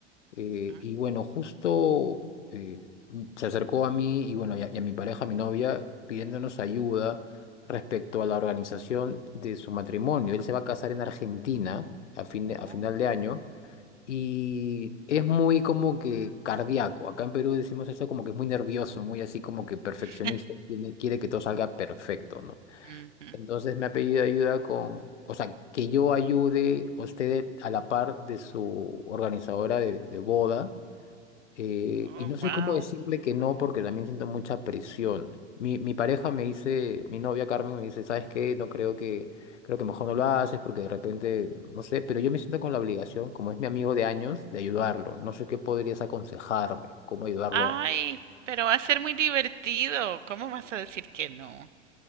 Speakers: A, on the left; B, on the right.
A: Eh,
B: ujú.
A: y bueno, justo eh, m- se acercó a mí y bueno, y a, y a mi pareja, a mi novia, pidiéndonos ayuda respecto a la organización de su matrimonio. Él se va a casar en Argentina a fin
B: Oh,
A: de, a final de año y es muy como que cardíaco. Acá en Perú decimos eso como que es muy nervioso, muy así como que perfeccionista,
B: <laughs>
A: tiene- quiere que todo salga perfecto, ¿no?
B: ujú.
A: Entonces me ha pedido ayuda con, o sea, que yo ayude a usted a la par de su organizadora de, de boda eh,
B: Oh,
A: y no sé
B: wow.
A: cómo decirle que no porque también siento mucha presión. Mi, mi pareja me dice, mi novia Carmen me dice, ¿sabes qué? No creo que, creo que mejor no lo haces porque de repente, no sé, pero yo me siento con la obligación, como es mi amigo de años, de ayudarlo. No sé qué podrías aconsejarme, cómo ayudarlo.
B: Ay,
A: a-
B: pero va a ser muy divertido. ¿Cómo vas a decir que no?